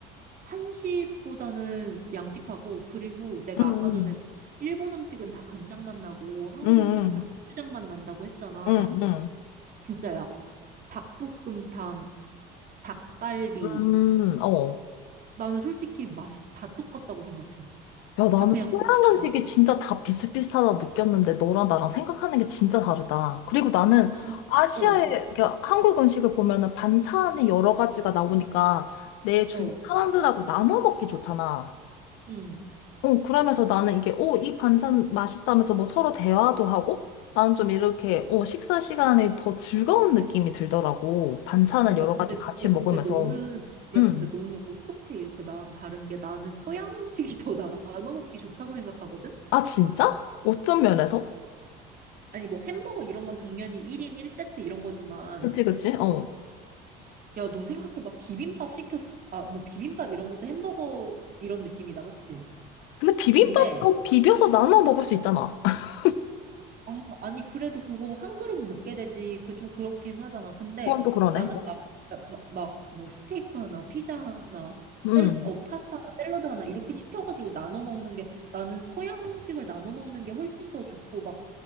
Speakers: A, on the right (about 45°); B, on the left (about 75°).
A: 한식보다는 양식파고, 그리고 내가
B: 음,
A: 아까 전에 일본 음식은 다 간장맛 나고, 한국
B: 음, 음,
A: 음식은 다 고추장맛 난다고 했잖아.
B: 음, 음,
A: 진짜야. 닭볶음탕, 닭갈비.
B: 음, 어.
A: 나는 솔직히 맛이 다 똑같다고 생각해.
B: 야, 나는
A: 다 그냥
B: 서양
A: 고추장맛.
B: 음식이 진짜 다 비슷비슷하다 느꼈는데, 너랑 나랑 생각하는 게 진짜 다르다. 그리고 나는
A: 와.
B: 아시아의,
A: 어,
B: 그러니까 한국 음식을 보면은 반찬이 여러 가지가 나오니까 내 주변
A: 어,
B: 사람들하고 나눠 먹기 좋잖아.
A: 응.
B: 어, 그러면서 나는 이게, 어, 이 반찬 맛있다면서 뭐 서로 대화도 하고, 나는 좀 이렇게, 어, 식사 시간에 더 즐거운 느낌이 들더라고. 반찬을 여러
A: 야, 근데,
B: 가지 같이
A: 야,
B: 먹으면서.
A: 근데 너는, 야,
B: 음.
A: 근데 너는 어떻게 이렇게 나랑 다른 게 나는 서양 음식이 더 나눠 먹기 좋다고 생각하거든?
B: 아, 진짜? 어떤 면에서?
A: 아니, 뭐 햄버거 이런 건 당연히 1인 1세트 이런 거지만
B: 그치, 그치? 어.
A: 야, 너 생각해봐. 비빔밥 시켰어. 아, 뭐 비빔밥 이런 것도 햄버거 이런 느낌이다, 그치?
B: 근데 비빔밥도
A: 근데,
B: 비벼서 나눠 먹을 수 있잖아. <laughs>
A: 아, 아니, 그래도 그거 한 그릇 먹게 되지. 그 좀 그렇긴 하잖아. 근데
B: 그건 또 그러네.
A: 나는
B: 어.
A: 막, 막, 뭐 스테이크 하나, 피자 하나, 셀,
B: 음.
A: 어, 파스타 하나, 샐러드 하나 이렇게 시켜가지고 나눠 먹는 게 나는 서양 음식을 나눠 먹는 게 훨씬 더 좋고 막,